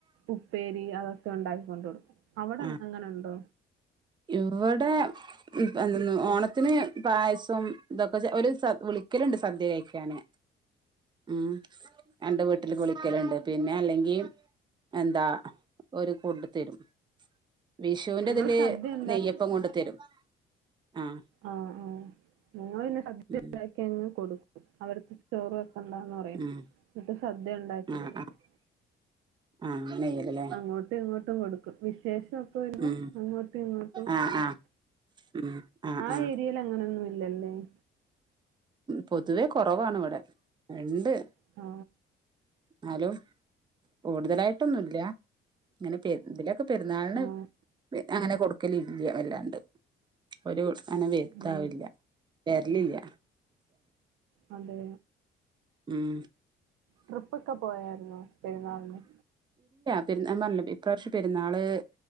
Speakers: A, on the right; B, on the right.
A: ഉപ്പേരി അതൊക്കെ ട്ട് ഒണ്ടാക്കി കൊണ്ട് കൊടുക്കും അവിടെ
B: ആ
A: അങ്ങ് അങ്ങനെ ഇണ്ടോ
B: ഇവിടെ എന്ത ഓണത്തിന് പായസം ഇതൊക്കെ ഒരു സ വിളിക്കല്ണ്ട് സദ്യ കഴിക്കാന് ഉം എന്റെ വീട് വീട്ടില് വിളിക്കലുണ്ട് പിന്നെ അല്ലെങ്കിൽ എന്താ ഓര് കൊണ്ട് തരും വിഷുവിന്റെതില്
A: ഞങ്ങൾ സദ്യ
B: നെയ്യപ്പം കൊണ്ട് തരും ആഹ്
A: ആ ആങ്ങന്നെ സദ്യ
B: ഉം
A: ഉണ്ടാക്കി കൊടുക്കും അവരടുത്ത് ചോറ് വെക്കണ്ടാന്ന് പറയും
B: ഉം
A: എന്നി സദ്യ ഉണ്ടാക്കി
B: ആഹ്
A: കൊടുക്കും
B: ആഹ് ആഹ് അങ്ങനെ ചെയ്യലല്ലേ
A: അങ്ങോട്ടും ഇങ്ങോട്ടും കൊടുക്കും വിശേഷമൊക്കെ വരുമ്പം
B: ഉം
A: അങ്ങോട്ടും ഇങ്ങോട്ടും
B: ആഹ്
A: ഉണ്ട
B: ആഹ് ഉം ആഹ്
A: ആ
B: ആഹ്
A: ഏരിയൽ അങ്ങനൊന്നും ഇല്ലല്ലേ ഉ
B: പൊതുവേ കുറവാാണ് ഇവിടെ ഉണ്ട്
A: ആ
B: ഹലോ കൂടുതലായിട്ടൊന്നുമില്ല ഇങ്ങനെ ഇതിലൊക്കെ പെരുന്നാള്
A: ആഹ്
B: അങ്ങനെ കൊടുക്കലില്ല വല്ലാണ്ട് ഒരു അങ്ങനെ വേവിക്കാറില്ല
A: ഉം
B: തെരളി ഇല്ല
A: അതെ
B: ഉം
A: ട്രിപ്പ് ഒക്കെ പോയായിരുന്നോ പെരുന്നാളിന്
B: പെരാ പറഞ്ഞ ഇപ്രാവശ്യ പെരുന്നാള്